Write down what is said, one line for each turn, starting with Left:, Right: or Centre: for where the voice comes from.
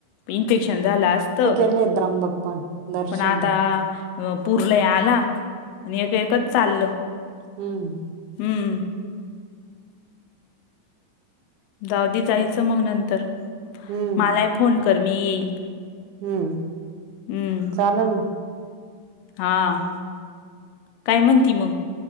Left: इन्फेक्शन झालं असत.
Right: पाहिले त्रंबक पण. दर्शन
Left: पण आता अ पुरलंय आला आणि एक एकच चाललं.
Right: हम्म.
Left: हम्म. जाऊधी जायचं मग नंतर
Right: हम्म
Left: मला फोन कर मी येईल.
Right: हम्म.
Left: हम्म
Right: चालेल ना
Left: हा. काय म्हणती मग